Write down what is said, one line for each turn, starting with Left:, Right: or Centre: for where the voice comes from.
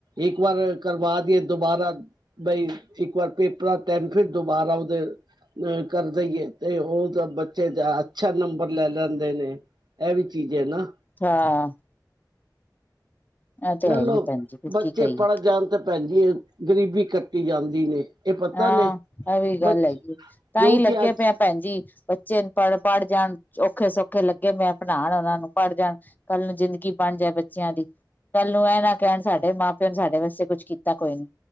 Right: ਇੱਕ ਵਾਰ ਕਰਵਾ ਦੀਏ ਦੁਬਾਰਾ ਬਈ ਇੱਕ ਵਾਰ ਪੇਪਰਾਂ ਟੈਨਥ ਫਿਰ ਦੁਬਾਰਾ ਉਹਦੇ ਅ ਕਰ ਦੇਈਏ ਤੇ ਉਹ ਤਾਂ ਬੱਚੇ ਦਾ ਅੱਛਾ ਨੰਬਰ ਲੈ ਲੈਂਦੇ ਨੇ ਇਹ ਵੀ ਚੀਜ਼ ਹੈ ਨਾ।
Left: ਹਾਂ ਇਹ ਤੇ
Right: ਚਲੋ
Left: ਹੈ ਹੀ ਭੈਣ ਜੀ
Right: ਬੱਚੇ
Left: ਕੀ ਕਹੀਏ
Right: ਪੜ੍ਹ ਜਾਣ ਤੇ ਭੈਣਜੀ ਗਰੀਬੀ ਕੱਟੀ ਜਾਂਦੀ ਨੇ। ਇਹ ਪਤਾ
Left: ਹਾਂ
Right: ਨੇ
Left: ਇਹ ਵੀ ਗੱਲ
Right: ਬੱਚ
Left: ਹੈਗੀ ਤਾਂ
Right: ਕਿਉਂਕਿ
Left: ਹੀ ਲੱਗੇ
Right: ਅੱਜ
Left: ਪਿਆ ਭੈਣ ਜੀ ਬੱਚੇ ਪੜ੍ਹ ਪੜ੍ਹ ਜਾਣ ਔਖੇ ਸੌਖੇ ਲੱਗੇ ਮੈਂ ਪੜ੍ਹਾਉਣ ਹਨਾਂ ਨੂੰ ਪੜ ਜਾਣ। ਕੱਲ੍ਹ ਨੂੰ ਜ਼ਿੰਦਗੀ ਬਣ ਜਾਏ ਬੱ। ਬੱਚਿਆਂ ਦੀ। ਕੱਲ ਨੂੰ ਇਹ ਨਾ ਕਹਿਣ। ਸਾਡੇ ਮਾ। ਫਿਰ ਸਾਡੇ ਵਾਸਤੇ ਕੁਛ ਕੀਤਾ ਕੋਈ ਨੀ।